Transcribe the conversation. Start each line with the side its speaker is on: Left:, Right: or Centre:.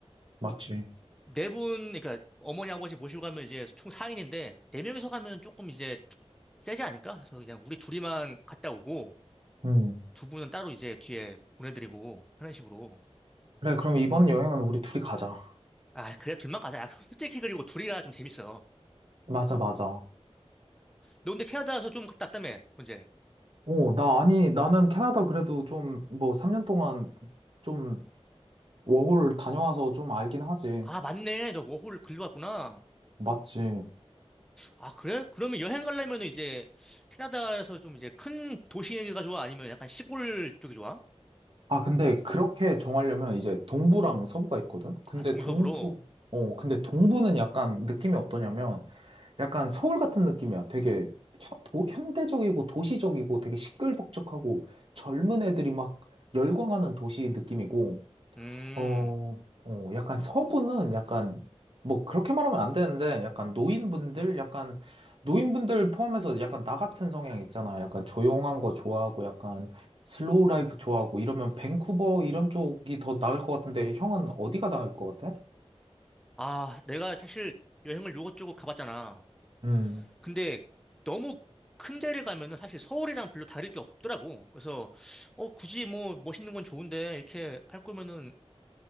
Right: 맞지.
Centre: 네 분, 그러니까 어머니, 아버지 모시고 가면 이제 총 4인인데, 네명이서 가면 조금 이제 세지 않을까? 그래서 그냥 우리 둘이만 갔다 오고,
Right: 음.
Centre: 두 분은 따로 이제 뒤에 보내드리고, 하는 식으로.
Right: 그래, 그럼 이번 여행은 우리 둘이 가자.
Centre: 아, 그래, 둘만 가자. 야, 솔직히 그리고 둘이가 좀 재밌어.
Right: 맞아, 맞아.
Centre: 너 근데 캐나다에서 좀 갔다 왔다며, 언제?
Right: 오, 나, 아니, 나는 캐나다 그래도 좀, 뭐, 3년 동안 좀, 워홀 다녀와서 좀 알긴 하지.
Centre: 아, 맞네. 너 워홀 글로 왔구나.
Right: 맞지.
Centre: 아, 그래? 그러면 여행 가려면 이제 캐나다에서 좀 이제 큰 도시가 좋아? 아니면 약간 시골 쪽이 좋아?
Right: 아, 근데 그렇게 정하려면 이제 동부랑 서부가 있거든? 근데
Centre: 아, 동서부로?
Right: 동부, 어, 근데 동부는 약간 느낌이 어떠냐면 약간 서울 같은 느낌이야. 되게 현- 도- 현대적이고 도시적이고 되게 시끌벅적하고 젊은 애들이 막 열광하는 도시 느낌이고
Centre: 음.
Right: 어, 어, 약간 서부는 약간, 뭐, 그렇게 말하면 안 되는데, 약간 노인분들, 약간, 노인분들 포함해서 약간 나 같은 성향 있잖아. 약간 조용한 거 좋아하고, 약간 슬로우 라이프 좋아하고, 이러면 밴쿠버 이런 쪽이 더 나을 것 같은데, 형은 어디가 나을 것 같아?
Centre: 아, 내가 사실 여행을 요것저것 가봤잖아.
Right: 음,
Centre: 근데 너무 큰 데를 가면은 사실 서울이랑 별로 다를 게 없더라고. 그래서, 어, 굳이 뭐 멋있는 건 좋은데 이렇게 할 거면은